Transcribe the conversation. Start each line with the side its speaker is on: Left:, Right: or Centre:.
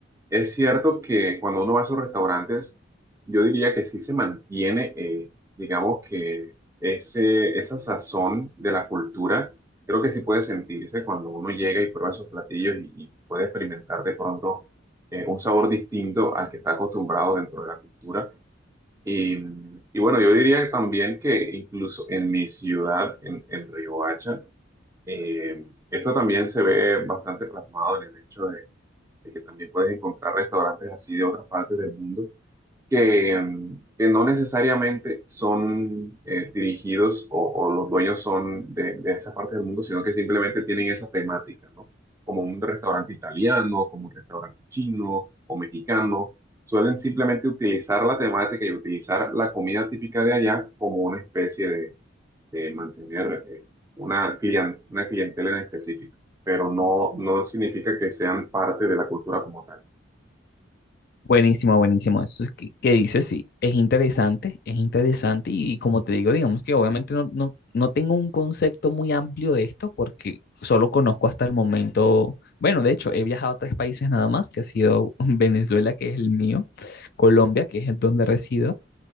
Right: es cierto que cuando uno va a esos restaurantes, yo diría que sí se mantiene, eh, digamos que ese, esa sazón de la cultura creo que sí puede sentirse cuando uno llega y prueba esos platillos y, y puede experimentar de pronto eh, un sabor distinto al que está acostumbrado dentro de la cultura. Y, y bueno, yo diría también que incluso en mi ciudad, en, en Riohacha, eh, esto también se ve bastante plasmado en el hecho de, de que también puedes encontrar restaurantes así de otras partes del mundo que, mm, que no necesariamente son eh, dirigidos o, o los dueños son de, de esa parte del mundo, sino que simplemente tienen esa temática, ¿no? Como un restaurante italiano, como un restaurante chino o mexicano, suelen simplemente utilizar la temática y utilizar la comida típica de allá como una especie de, de mantener eh, una, clien- una clientela en específico, pero no, no significa que sean parte de la cultura como tal.
Left: Buenísimo, buenísimo. Eso es que, que dices, sí, es interesante, es interesante. Y, como te digo, digamos que obviamente no, no, no tengo un concepto muy amplio de esto porque solo conozco hasta el momento, bueno, de hecho, he viajado a tres países nada más, que ha sido <laughs> Venezuela, que es el mío, Colombia, que es el donde resido,